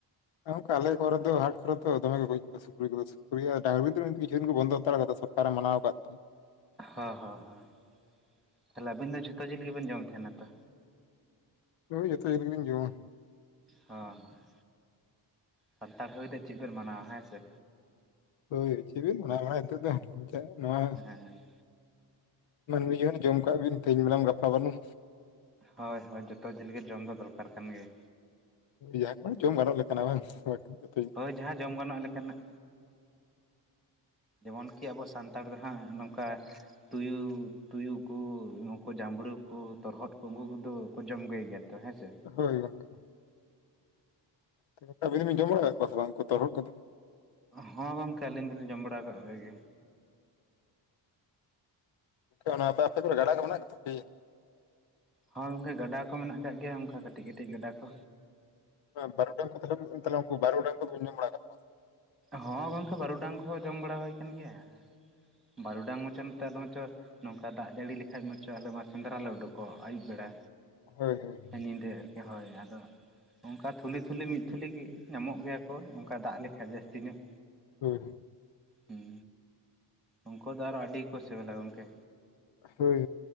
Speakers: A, on the left (about 75°); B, in the centre.
A: ᱱᱚᱝᱠᱟ ᱟᱞᱮ ᱠᱚᱨᱮ ᱫᱚ ᱦᱟᱴ ᱠᱚᱨᱮ ᱛᱚ ᱫᱚ ᱫᱚᱢᱮ ᱠᱚ ᱜᱚᱡᱽ ᱠᱚ ᱥᱩᱠᱨᱤ ᱠᱚᱫᱚ ᱥᱩᱠᱨᱤ ᱰᱟᱝᱨᱤ ᱫᱚ ᱠᱤᱪᱷᱩᱤᱱ ᱠᱚ ᱵᱚᱱᱫᱚ ᱦᱟᱛᱟᱲ ᱠᱟᱫᱟ ᱥᱚᱨᱠᱟᱨ ᱮ ᱢᱟᱱᱟᱣ ᱟᱠᱟᱫ ᱛᱮ᱾
B: ᱦᱚᱸ ᱦᱚᱸ ᱦᱚᱸ᱾ ᱛᱟᱦᱚᱞᱮ ᱟᱹᱵᱤᱱ ᱫᱚ ᱡᱷᱚᱛᱚ ᱡᱤᱞ ᱜᱮᱵᱮᱱ ᱡᱚᱢ ᱛᱟᱦᱮᱱᱟ ᱛᱚ?
A: ᱦᱳᱭ ᱡᱷᱚᱛᱚ ᱡᱮᱞ ᱜᱮᱞᱤᱧ ᱡᱚᱢᱟ᱾
B: ᱦᱚᱸ ᱦᱚᱸ, ᱥᱟᱱᱛᱟᱲ ᱦᱳᱭ ᱛᱮ ᱪᱮᱫ ᱵᱮᱱ ᱢᱟᱱᱟᱣᱟ ᱦᱮᱸ ᱥᱮ?
A: ᱦᱳᱭ ᱪᱮᱜ ᱵᱤᱱ ᱢᱟᱱᱟᱣ ᱵᱟᱲᱟᱭ ᱱᱤᱛᱳᱜ ᱫᱚ ᱚᱱᱟ ᱱᱚᱣᱟ
B: ᱦᱮᱸ
A: ᱢᱟᱹᱱᱢᱤ ᱡᱚᱱᱚᱢ ᱡᱚᱢ ᱠᱟᱜ ᱵᱤᱱ ᱛᱮᱦᱮᱧ ᱢᱮᱱᱟᱢ ᱜᱟᱯᱟ ᱵᱟᱹᱱᱩᱢ᱾
B: ᱦᱳᱭ ᱦᱳᱭ ᱡᱚᱛᱚ ᱡᱤᱞ ᱜᱮ ᱡᱚᱢ ᱫᱚ ᱫᱚᱨᱠᱟᱨ ᱠᱟᱱ ᱜᱮᱭᱟ᱾
A: ᱡᱟᱦᱟ ᱠᱚ ᱡᱚᱢ ᱜᱟᱱᱚᱜ ᱞᱮᱠᱟᱱᱟᱜ ᱵᱟᱝ ᱜᱮ᱾
B: ᱦᱳᱭ ᱡᱟᱦᱟᱸ ᱡᱚᱢ ᱜᱟᱱᱚᱜ ᱞᱮᱠᱟᱱᱟᱜ᱾ ᱡᱮᱢᱚᱱ ᱠᱤ ᱟᱵᱚ ᱥᱟᱱᱛᱟᱲ ᱫᱚ ᱦᱟᱸᱜ ᱱᱚᱝᱠᱟ ᱛᱩᱭᱩ ᱛᱩᱭᱩ ᱠᱩ ᱩᱱᱠᱩ ᱡᱟᱸᱵᱽᱲᱩ ᱠᱚ ᱛᱚᱨᱦᱚᱫ ᱠᱚ ᱩᱱᱠᱩ ᱠᱚᱫᱚ ᱠᱚ ᱡᱚᱢ ᱠᱚ ᱜᱮᱭᱟ? ᱛᱚ ᱦᱮᱸᱥᱮ?
A: ᱦᱳᱭ ᱜᱚᱝᱠᱮ᱾ ᱛᱚ ᱟᱵᱤᱱ ᱫᱚᱵᱤᱱ ᱡᱚᱢ ᱵᱟᱲᱟ ᱠᱟᱫ ᱠᱚᱣᱟ ᱵᱟᱝ ᱩᱱᱠᱩ ᱛᱚᱨᱦᱚᱫ ᱠᱚᱫᱚ?
B: ᱦᱚᱸ ᱜᱚᱝᱠᱮ ᱟᱹᱞᱤᱧ ᱫᱚᱞᱤᱧ ᱡᱚᱢ ᱵᱟᱲᱟᱣ ᱠᱟᱜ ᱠᱚᱜᱮ ᱜᱮᱭᱟ᱾
A: ᱚᱱᱟ ᱟᱯᱮ ᱟᱛᱩ ᱠᱚ ᱨᱮ ᱜᱟᱰᱟ ᱠᱚ ᱢᱮᱱᱟᱜ ᱛᱟᱯᱮᱭᱟ?
B: ᱦᱳᱭ ᱜᱚᱝᱠᱮ ᱜᱟᱰᱟ ᱠᱚ ᱢᱮᱱᱟᱜ ᱟᱠᱟᱫ ᱜᱮᱭᱟ ᱚᱝᱠᱟ ᱠᱟᱴᱤᱡ ᱠᱟᱹᱴᱤᱡ ᱜᱟᱰᱟ ᱠᱚ᱾
A: ᱵᱟᱨᱩᱰᱟᱝ ᱠᱚ ᱛᱟᱦᱞᱮ ᱵᱤᱱ ᱛᱟᱦᱞᱮ ᱩᱝᱠᱩ ᱵᱟᱩᱰᱟᱝ ᱠᱚ ᱫᱚ ᱵᱤᱱ ᱡᱚᱢ ᱵᱟᱲᱟ ᱟᱠᱟᱫ
B: ᱦᱚᱸ ᱜᱚᱝᱠᱮ ᱵᱟᱹᱨᱩᱰᱟᱝ ᱠᱚᱦᱚᱸ ᱡᱚᱢ ᱵᱟᱲᱟ ᱦᱩᱭ ᱠᱟᱱ ᱜᱮᱭᱟ᱾ ᱵᱟᱨᱩᱰᱟᱝ ᱢᱟᱪᱚ ᱱᱚᱛᱮ ᱟᱞᱮ ᱱᱚᱛᱮ ᱢᱟᱪᱚ ᱱᱚᱝᱠᱟ ᱫᱟᱜ ᱡᱟᱹᱲᱤ ᱞᱮᱠᱷᱟᱡ ᱢᱟᱪᱚ ᱟᱞᱮ ᱢᱟ ᱥᱮᱸᱫᱽᱨᱟ ᱞᱮ ᱩᱰᱩᱠᱚᱜ ᱟᱹᱭᱩᱵ ᱵᱮᱲᱟ᱾
A: ᱦᱳᱭ ᱦᱳᱭ᱾
B: ᱧᱤᱫᱟᱹ ᱟᱨᱠᱤ ᱦᱚᱭ ᱟᱫᱚ, ᱚᱝᱠᱟ ᱛᱷᱩᱞᱤ ᱛᱷᱩᱞᱤ ᱢᱤᱫ ᱛᱷᱩᱞᱤ ᱜᱤ ᱧᱟᱢᱚᱜ ᱜᱮᱭᱟ ᱠᱚ ᱚᱝᱠᱟ ᱫᱟᱜ ᱞᱮᱠᱷᱟᱡ ᱡᱟᱹᱥᱛᱤ ᱧᱚᱜ᱾
A: ᱦᱩᱸ ᱦᱩᱸ
B: ᱦᱩᱸ ᱩᱝᱠᱩ ᱫᱚ ᱟᱨᱚ ᱟᱹᱰᱤ ᱜᱮᱠᱚ ᱥᱤᱵᱤᱞᱟ ᱜᱚᱝᱠᱮ᱾
A: ᱦᱳᱭ